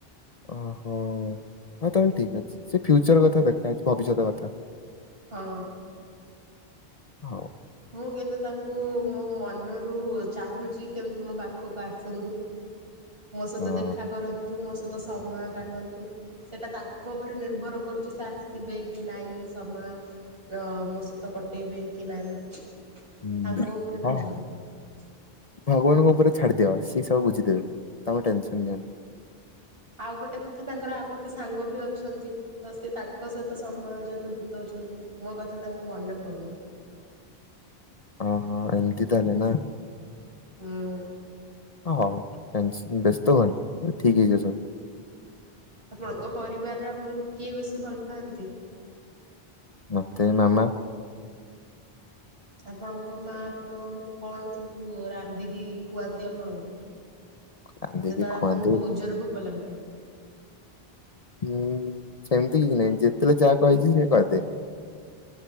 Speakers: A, on the left (about 40°); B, on the right (about 70°).
A: ଓହୋ ହଉ ତାହେଲେ ଠିକ ଅଛି ସେ ଫ୍ୟୁଚର କଥା ଦେଖାଛି ଭବିଷ୍ୟତ କଥା,
B: ହଁ।
A: ହଉ।
B: ମୁଁ କିନ୍ତୁ ତାଙ୍କୁ ମୋ ମନରୁ ଚାହୁଁଛି କେମିତି ମୋ ପାଖକୁ ଆସନ୍ତୁ। ମୋ ସହିତ
A: ହଁ
B: ଦେଖା କରନ୍ତୁ ମୋ ସହିତ ସମୟ କାଟନ୍ତୁ। ସେଟା ତାଙ୍କ ଉପରେ ନିର୍ଭର କରୁଛି ସେ ଆସିବେ କି ନାଇଁ ସମୟ। ଅ ମୋ ସହିତ କଟେଇବେ କି ନାଇଁ ତାଙ୍କ
A: ହୁଁ
B: ଉପରେ ନିର୍ଭର
A: ହଁ ହଁ।
B: କରୁଛି।
A: ଭଗବାନଙ୍କ ଉପରେ ଛାଡିଦିଅ ସି ସବୁ ବୁଝିଦେବେ ତମେ ଟେନସନ ନିଅନି।
B: ଆଉ ଗୋଟେ କଥା ତାଙ୍କର ଆଉ ଗୋଟେ ସାଙ୍ଗ ବି ଅଛନ୍ତି। ତ ସେ ତାଙ୍କ ସହିତ ସମୟ ଯେହେତୁ ବିତାଉଛନ୍ତି ମୋ କଥା ତାଙ୍କୁ ମନେ ପଡ଼ୁନି।
A: ଓ ହୋ ଏମିତି ତାଲେ ନା।
B: ହଁ।
A: ହଉ ଟେନସନ୍ ବ୍ୟସ୍ତ ହୁଅନି ଠିକ୍ ହେଇଯିବ ସବୁ।
B: ଆପଣଙ୍କ ପରିବାରରେ ଆପଣଙ୍କୁ କିଏ ବେଶୀ ଭଲ ପାଆନ୍ତି।
A: ମେ ମାମା।
B: ଆପଣଙ୍କ ମା ଆପଣଙ୍କ ପାଇଁ କଣ ସବୁ ରାନ୍ଧିକି ଖୁଆନ୍ତି ଆପଣଙ୍କୁ।
A: ରାନ୍ଧିକି
B: ଯେତେବେଳେ
A: ଖୁଆନ୍ତି
B: ଆପଣଙ୍କୁ ବହୁତ ଜୋରରେ ଭୋକ ଲାଗୁଥାଏ।
A: ହୁଁ ସେମିତି କିଛି ନାହିଁ ଯେତେବେଳେ ଯାହା କହିଛି ସେ କରିଦିଏ।